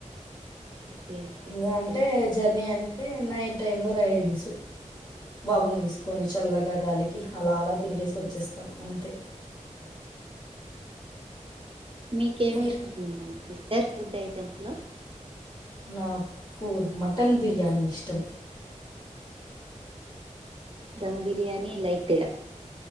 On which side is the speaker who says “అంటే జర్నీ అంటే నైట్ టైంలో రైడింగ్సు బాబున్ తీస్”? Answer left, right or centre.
Left